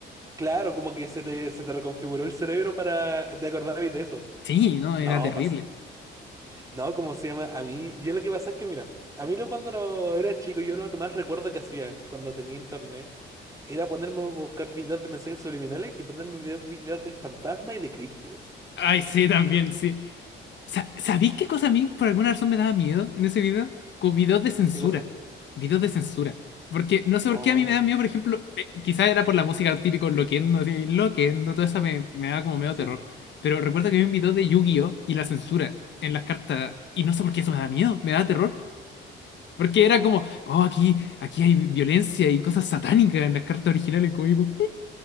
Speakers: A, on the right (about 15°); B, on the left (about 65°).
A: claro, como que se te, se te reconfiguró el cerebro para te acordabas de eso.
B: Sí, no,
A: No,
B: era terrible.
A: pas, no, ¿cómo se llama? A mí, yo lo que pasa es que, mira, a mí lo, cuando lo- era chico, yo lo que más recuerdo que hacía cuando tenía internet era ponerme a buscar videos de mensajes subliminales y ponerme videos, videos de fantasmas y de críptidos.
B: Ay, sí, también, sí. Sa- ¿Sabéis qué
A: Y-
B: cosa a mí por alguna razón me daba miedo en ese video? Como videos de censura.
A: ¿Qué cosa?
B: Videos de censura. Porque no sé por
A: Oh,
B: qué a mí me da miedo, por ejemplo, eh, quizás era por la música típico Loquendo, así, Loquendo, toda esa me, me daba como medio
A: sí.
B: terror. Pero recuerdo que vi un video de Yu-Gi-Oh! y la censura en las cartas, y no sé por qué eso me da miedo, me da terror. Porque era como, oh, aquí, aquí hay violencia y cosas satánicas en las cartas originales, como digo,